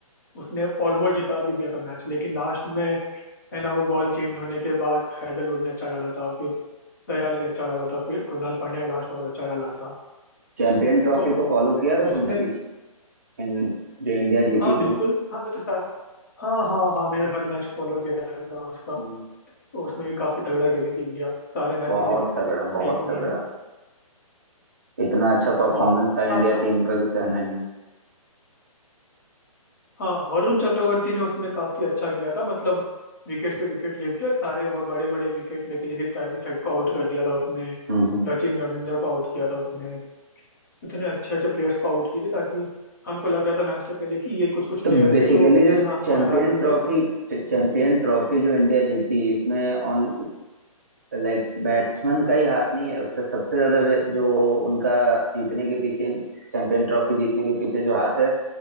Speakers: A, on the left; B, on the right.
A: उसने ऑलमोस्ट जिता भी दिया था मैच लेकिन लास्ट में है ना वो बॉल चेंज होने के बाद हैदरवुड ने अच्छा डाला था फिर दयाल ने अच्छा डाला था फिर कृणाल पांड्या ने लास्ट ओवर अच्छा डाला था
B: चैंपियन ट्रॉफी
A: तो
B: को फॉलो किया था
A: उसमें
B: तुमने पीछे इन, जो इंडिया जीती
A: हाँ
B: थी
A: बिल्कुल हाँ मैं तो सा हाँ हाँ हाँ मैं हर मैच फॉलो किया था उसका
B: हम्म,
A: तो उसमें भी काफी तगड़ा खेली थी इंडिया सारे मैच
B: बहुत
A: जीती थी
B: तगड़ा बहुत
A: एक भी नहीं
B: तगड़ा
A: हारी
B: इतना अच्छा परफॉर्मेंस
A: हाँ
B: था इंडिया
A: आपका
B: टीम का कि कहना नहीं
A: हाँ वरुण चक्रवर्ती ने उसमें काफी अच्छा किया था मतलब विकेट पे विकेट लेके और सारे वो बड़े बड़े विकेट लेके जैसे ट्रेविस हेड को आउट कर दिया था उसने
B: हम्म हम्म।
A: सचिन रविंद्र को आउट किया था उसने इतने अच्छे अच्छे प्लेयर्स को आउट किए थे ताकि हमको लग रहा था मैच से पहले कि ये कुछ कुछ
B: तो
A: प्लेयर्स
B: बेसिकली
A: है जो
B: जो
A: है ना हमको
B: चैंपियन
A: हरा सकते
B: ट्रॉफी
A: हैं
B: चैंपियन ट्रॉफी जो इंडिया जीती इसमें ऑन लाइक बैट्समैन का ही हाथ नहीं है उससे सबसे ज्यादा वे- जो उनका जीतने के पीछे चैंपियन ट्रॉफी जीतने के पीछे जो हाथ है